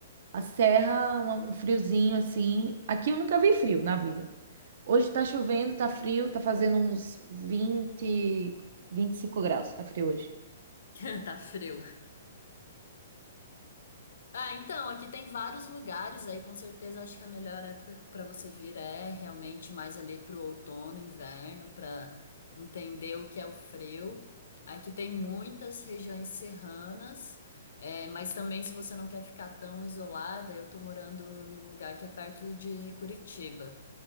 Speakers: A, on the right; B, on the left.
A: a serra, uma- um friozinho assim. Aqui eu nunca vi frio na vida. Hoje tá chovendo, tá frio, tá fazendo uns vinte, vinte e cinco graus, tá frio hoje.
B: <laughs> Tá frio. Ah, então, aqui tem vários lugares aí, com certeza acho que a melhor época para você vir é realmente mais ali pro outono, inverno, para entender o que é o frio. Aqui tem muitas regiões serranas, é, mas também se você não quer ficar tão isolada, eu tô morando num lugar que é perto de Curitiba.